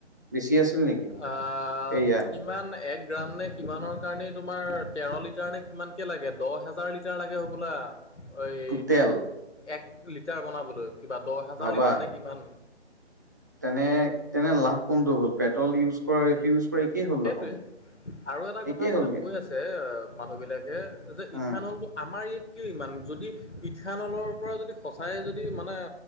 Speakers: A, on the right; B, on the left.
A: বেছি আছিল নেকি
B: আহ
A: এইয়া
B: এক গ্ৰাম নে কিমানৰ কাৰণেই তোমাৰ তেৰ লিটাৰ নে কিমান কে লাগে দহ হাজাৰ লিটাৰ লাগে হ'বলা এই
A: টোটেল
B: এক লিটাৰ বনাবলৈ কিবা দহ হাজাৰ
A: ভাবা
B: লিটাৰ নে কিমান।
A: তেনে তেনে লাভ কোনটো হ'ল পেট্ৰল ইউজ কৰা
B: উম
A: এইটো ইউজ কৰা একেই হ'ল
B: সেইটোৱে
A: দেখোন।
B: আৰু এটা
A: একেই
B: কথা মানে
A: হ'লগে
B: কৈ আছে মানুহ বিলাকে যে ইথানলটো
A: উম
B: আমাৰ ই কিয় ইমান যদি ইথানলৰ পৰা যদি সঁচাই যদি মানে